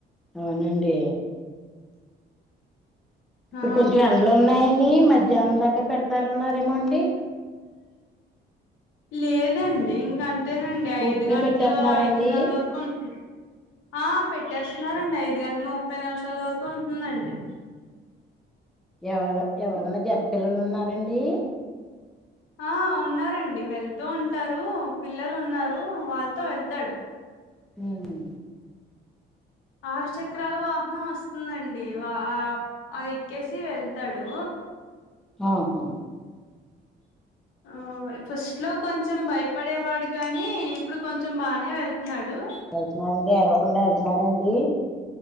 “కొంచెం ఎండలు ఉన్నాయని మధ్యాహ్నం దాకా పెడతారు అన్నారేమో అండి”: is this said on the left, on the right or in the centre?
Centre